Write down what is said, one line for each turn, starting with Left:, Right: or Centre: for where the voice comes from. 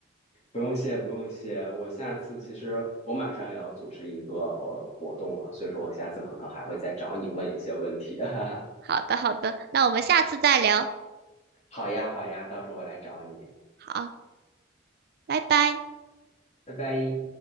Left: 不用谢，不用谢。我下次其实我马上也要组织一个呃活动了，所以说我下次可能还会再找你问一些问题。<laughs>
Right: 好的，好的，那我们下次再聊。
Left: 好呀，好呀，到时候我来找你，
Right: 好，拜拜。
Left: 拜拜。